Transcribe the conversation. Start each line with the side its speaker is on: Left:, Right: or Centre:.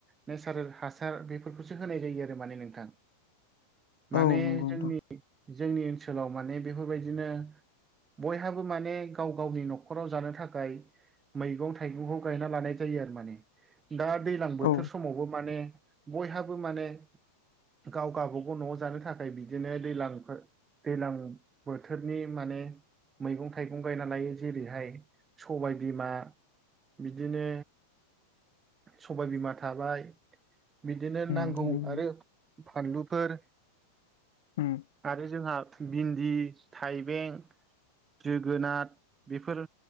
Right: नेचारेल हासार बेफोरखौसो होनाय जायो आरो माने नोंथां माने
Left: औ नंगौ
Right: जोंनि
Left: नोंथां
Right: जोंनि ओनसोलाव माने बेफोरबायदिनो बयहाबो माने गाव गावनि न'खराव जानो थाखाय मैगं थाइगंखौ गायना लानाय जायो आरो माने दा दैजलां बोथोर
Left: औ
Right: समावबो माने बयहाबो माने गाव गबागाव न'आव जानो थाखाय बिदिनो दैज्लांफोर दैलां बोथोरनि माने मैगं थाइगं गायना लायो जेरैहाय सबाय बिमा बिदिनो सबाय बिमा थाबाय बिदिनो
Left: उम
Right: नांगौ
Left: उम
Right: आरो फानलुफोर
Left: उम
Right: आरो जोंहा भिन्दि थाइबें जोगोनार बेफोर